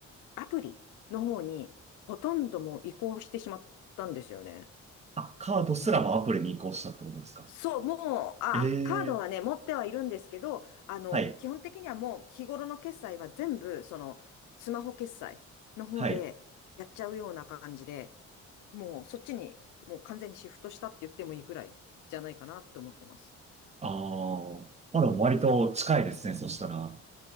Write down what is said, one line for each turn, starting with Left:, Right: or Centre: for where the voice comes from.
Left: アプリの方に、ほとんどもう移行してしまったんですよね。
Right: あ、カードすらもアプリに移行したってことですか。
Left: うんそう、もう、あ、
Right: ええ、
Left: カードはね、持ってはいるんですけど、あの、
Right: はい。
Left: 基本的にはもう日頃の決済は全部、その、スマホ決済の方でやっちゃうような感じで、
Right: はい。
Left: もうそっちに、もう完全にシフトしたって言ってもいいくらいじゃないかなと思ってます。
Right: ああ、まだ割と近いですね、そしたら。